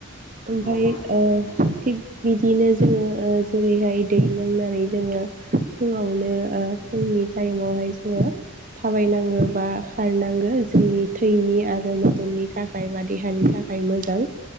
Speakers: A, on the right; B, on the left.
A: ओमफ्राय
B: नंगौ नोंथां
A: ओ
B: थारैनो
A: थिग बिदिनो जोङो ओ जेरैहाय दै लोंनानै जोङो फुङावनो ओ फुं नि टाइमावहाय जोङो थाबायनांगौ बा खारनांगौ जोंनि थैनि आरो मोदोमनि थाखाय बा देहानि थाखाय मोजां